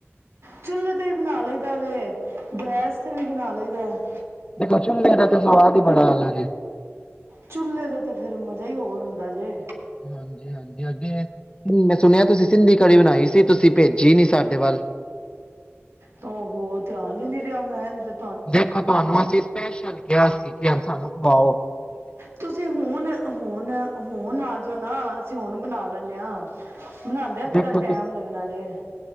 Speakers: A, on the right; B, on the left.
A: ਚੁੇਲੇ ਤੇ ਵੀ ਬਣਾ ਲੳ <unintelligible> ਗੈਸ ਤੇ ਵੀ ਬਣਾ ਲਈਦਾ ਹੈ
B: ਦੇਖੋ ਚੁੱਲ੍ਹੇ ਦਾ ਸਵਾਦ ਹੀ ਬੜਾ ਹੈ
A: ਚੁੇਲੇ ਤੇ ਤੇ ਫੇਰ ਮਜ਼ਾ ਹੀ ਹੋਰ ਹੁੰਦਾ ਜੇ
B: ਹਾਂਜੀ ਹਾਂਜੀ ਅਗੇ ਮੈਂ ਸੁਣਿਆ ਤੁਸੀਂ ਸਿੰਧੀ ਕੜੀ ਬਣਾਈ ਸੀ ਤੁਸੀਂ ਭੇਜੀ ਨੀ ਸਾਡੇ ਵੱਲ
A: ਤਾਂ ਉਹ ਧਿਆਨ ਹੀ ਨੀ ਰਿਹਾ ਮੈਂ ਨੀ ਤਾ
B: ਦੇਖੋ ਤੁਹਾਨੂੰ ਅਸੀਂ ਸਪੈਸ਼ਲ ਕਿਹਾ ਸੀ ਕਿ ਇਹ ਸਾਨੂੰ ਖਵਾੳ
A: ਤੁਸੀਂ ਹੁਣ ਹੁਣ ਹੁਣ ਆ ਜਾਓ ਨਾ ਅਸੀਂ ਹੁਣ ਬਣਾ ਲੈਂਦੇ ਹਾਂ ਬਣਾਉਂਦੇ ਆ ਕਿਹੜਾ
B: ਦੇਖੋ
A: ਟਾਈਮ
B: ਤੁ
A: ਲੱਗਣਾ ਜੇ